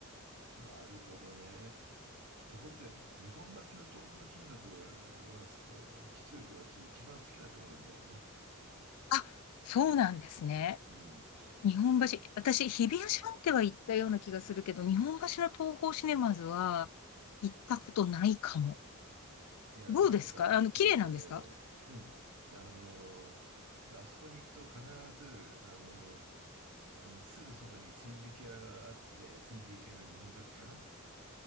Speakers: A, on the right; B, on the left.
A: なるほどね。ところで、日本橋の東宝シネマズは、実を言うと私一番好きなところなんだよね。
B: あ、そうなんですね。
A: うん。
B: 日本橋、私、日比谷シャンテは行ったような気がするけど、日本橋の東宝シネマズは行ったことないかも。
A: いや、
B: どうですかあの、
A: なんてかっていうとね、
B: 綺麗なんですか
A: うん、あの、あそこに行くと必ず、あの、うんすぐそばに千疋屋があって、千疋屋の日本橋かな